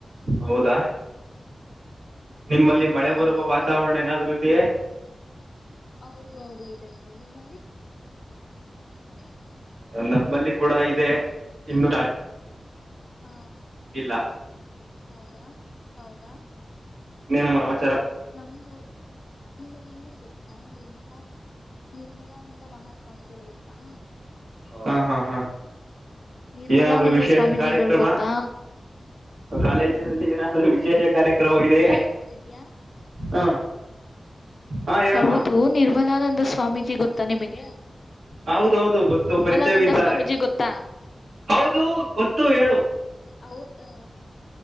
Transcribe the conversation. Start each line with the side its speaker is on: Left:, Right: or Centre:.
Right: ಹೌದಾ ನಿಮ್ಮಲ್ಲಿ
Left: ಹ್ಮ್
Right: ಮಳೆ
Left: ಹೌದು
Right: ಬರುವ ವಾತಾವರಣ ಏನಾದ್ರು ಇದೆಯೇ.
Left: ಹೌದು ಹೌದು ಇದೆ ಇದೆ ನಿಮ್ಮಲ್ಲಿ <inaudible>
Right: ನಮ್ಮಲ್ಲಿ ಕೂಡ ಇದೆ.
Left: ನೀ
Right: ಇನ್ನು
Left: ಹ
Right: ಇಲ್ಲ
Left: ಹೌದಾ ಹೌದಾ
Right: ನೀ ನಮ್ಮ ರಮಾಚಾರ
Left: ನಮ್ದು ನಿಮಗೆ ಇವ್ರ ಗೊತ್ತಾ ನಿರ್ಮಲಾ ನಿರ್ಮಲಾನಂದ ಮಹಾಸ್ವಾಮಿಗಳು ಗೊತ್ತಾ.
Right: ಹಾ ಹಾ ಹಾ
Left: ನಿರ್ಮಲಾನಂದ
Right: ಏನಾದ್ರು ವಿಶೇಷ
Left: ಸ್ವಾಮೀಜಿಗಳು
Right: ಕಾರ್ಯಕ್ರಮ
Left: ಗೊತ್ತಾ
Right: ಕಾಲೇಜಿನಲ್ಲಿ ಏನಾದ್ರು ವಿಶೇಷ ಕಾರ್ಯಕ್ರಮ ಇದೆಯೇ.
Left: ಕೇಳಿಸ್ತಿದ್ಯಾ
Right: ಹಾ ಹಾ ಹೇಳಮ್ಮ
Left: ಹೌದು ನಿರ್ಮಲಾನಂದ ಸ್ವಾಮೀಜಿ ಗೊತ್ತಾ ನಿಮಗೆ.
Right: ಹೌದೌದು ಗೊತ್ತು
Left: ನಿರ್ಮಲಾನಂದ
Right: ಪರಿಚಯ ವಿದ್ದಾರೆ.
Left: ಸ್ವಾಮೀಜಿ ಗೊತ್ತಾ
Right: ಹೌದು ಗೊತ್ತು ಹೇಳು.
Left: ಅವರ